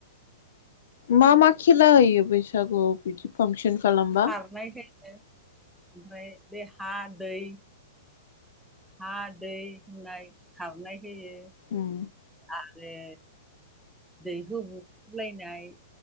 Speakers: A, on the left (about 65°); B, in the centre.
A: मा मा खेला होयो बैसागुआव? बेदि फांसन खालामबा
B: खारनाय होयो ओमफ्राय बे हा दै हा दै होननाय खारनाय होयो
A: उम
B: आरो दैहु बु लायनाय